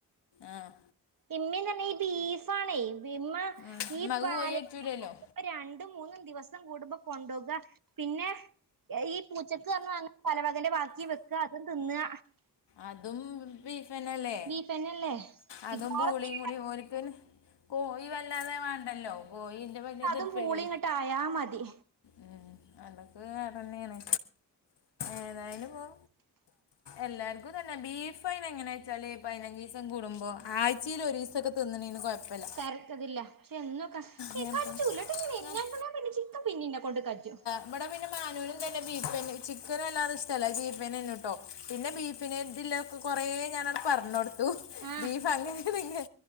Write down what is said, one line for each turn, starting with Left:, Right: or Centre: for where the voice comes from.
Left: ആഹ്
Right: ഇമ്മന്ന് പറഞ്ഞ ഈ ബീഫാണെ ഇമ്മ
Left: നമുക്ക്
Right: ഈ പാല
Left: കോഴി പറ്റൂലല്ലോ
Right: രണ്ടും മൂന്നും ദിവസം കൂടുമ്പോ കൊണ്ടുകുവ പിന്നെ ഈ പൂച്ചക്ക് പറഞ്ഞു അങ്ങനേ പലവകന്റെ ബാക്കി വെക്ക അതും തിന്ന
Left: അതും ബീഫനല്ലേ
Right: ബീഫന്നെല്ലേ
Left: അതും
Right: ഇതാറെ
Left: പൂളിയും കൂട ഒരിക്കന് കോയി വല്ലാതെ വേണ്ടല്ലോ കോയിന്റെ വലിയ
Right: അതും
Left: തൃപ്പില്ല
Right: പൂളി ഇങ്ങോട്ട് ആയാ മതി
Left: ഉം അതൊക്കെ വേറെന്നെയാണ് ഏതായാലും അ എല്ലാർ അത് തന്നെ ബീഫൈന് എങ്ങനെയ വെച്ചാല് പൈനഞ്ചിസം കൂടുമ്പോൾ ആഴ്ചയിൽ ഒരു ദീസൊക്കെ തിന്നണന് കുഴപ്പമില്ല
Right: വരക്കല്ല പക്ഷെ എന്നൊക്ക
Left: ഞാൻ
Right: ഏക്കചുലാട്ടോ
Left: പോ-
Right: ഇങ്ങനെ
Left: ഞാൻ-
Right: പിന്നെ ചിക്കൻ പിന്നെ എന്നെ കൊണ്ട് കജ്ജും
Left: ഇബടെ പിന്നെ മാനൂനും തന്നെ ബീഫന്നെ ചിക്കനല്ലാതെ ഇഷ്ടല്ല ബീഫന്നെന്നും കേട്ടോ പിന്നെ ബീഫിനെതിലൊക്കെ കൊറേ ഞാനങ്ങട് പറഞ്ഞ് കൊടുത്തു
Right: ആ
Left: ബീഫ് അങ്ങനെങ്ക